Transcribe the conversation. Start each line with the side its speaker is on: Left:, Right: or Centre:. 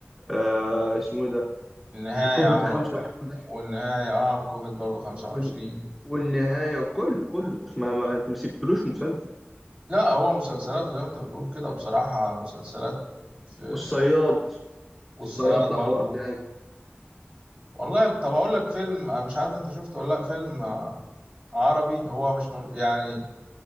Centre: آه اسمه ايه ده
Right: النهاية
Centre: وكفر
Right: عملوا
Centre: خمسة وعشرين
Right: والنهاية اه وكوفيد برضو 25
Centre: وال... والنهاية كله كله اسمع ما, ما سبتلوش مسلسل
Right: لا هو مسلسلات وزي ما انت بتقول كده بصراحة مسلسلات في
Centre: والصياد
Right: والصياد
Centre: الصياد ده
Right: برضو
Centre: حوار تاني
Right: والله طب اقول لك فيلم آه، مش عارف انت شفته ولا لا فيلم آه، عربي هو مش م... يعني